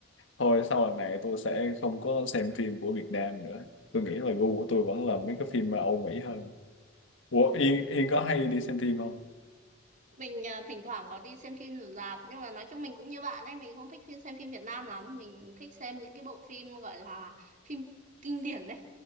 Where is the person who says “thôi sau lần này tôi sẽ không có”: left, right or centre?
Left